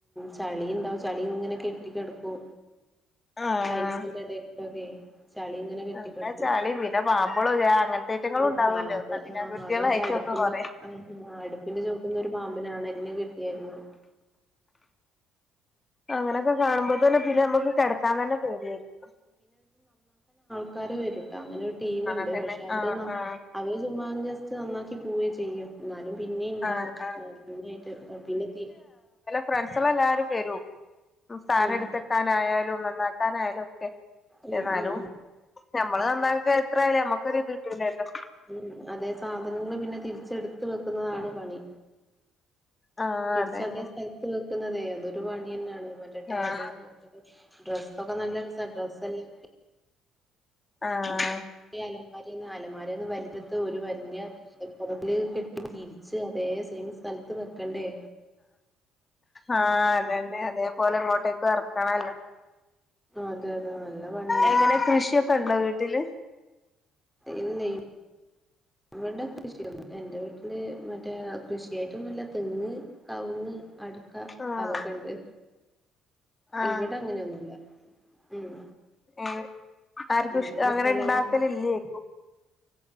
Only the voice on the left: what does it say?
ആഹ്
നല്ല ചളി പിന്നെ പാമ്പുകളും അങ്ങനത്തെ ഐറ്റങ്ങളും
ഉണ്ടാവുമല്ലോ
കഠിനാകൃതികളായിട്ടൊക്കെ
കൊറേ
അങ്ങനെയൊക്കെ കാണുമ്പോത്തന്നെ ബില് നമുക്ക് കിടക്കാ തന്നെ പേടിയായിരുന്നു
അതന്നെ
ആഹ് ആഹ്
ആഹ് ആഹ്
ഫ്രണ്ട്സുള്ള എല്ലാരും വരും സാധനം
എടുത്തെക്കാനായാലും നന്നാക്കാനായാലും ഒക്കെ
എന്നാലും
നമ്മള് നന്നാക്കാക്ക എത്രയാല നമ്മക്കൊരിത് കിട്ടില്ലല്ലോ
ആഹ്
അതന്നെ
ആഹ്
ആഹ!
ആഹ അതന്നെ അതേപോലെ ഇങ്ങോട്ടേക്ക് ഇറക്കണല്ലോ
എങ്ങനെ കൃഷിയൊക്കെ ഉണ്ടോ വീട്ടില്
ആഹ്
ആഹ്
ഏ ആർക്കുംഷ
അങ്ങനെ
ഉണ്ടാക്കല ഇല്ലേക്കും